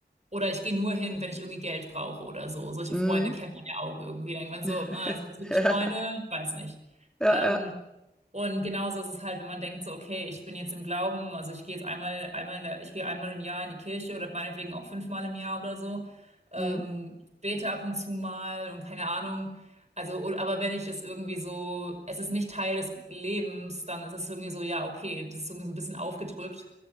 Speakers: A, on the right; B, in the centre.
A: oder ich gehe nur hin, wenn ich irgendwie Geld brauche oder so. Solche
B: mhm.
A: Freunde kennt man ja auch irgendwie. Denkt man so,
B: <laughs>
A: ah, sind das wirklich
B: ja,
A: Freunde? Ich weiß nicht.
B: ja,
A: Ähm,
B: ja,
A: und genauso ist es halt, wenn man denkt so, okay, ich bin jetzt im Glauben, also ich gehe jetzt einmal, einmal, in der- ich gehe einmal im Jahr in die Kirche oder meinetwegen auch fünfmal im Jahr oder so. Ähm,
B: mhm.
A: ich bete ab und zu mal und keine Ahnung. Also, o- aber wenn ich das irgendwie so, es ist nicht Teil des Lebens, dann ist es irgendwie so, ja, okay, das ist irgendwie so ein bisschen aufgedrückt.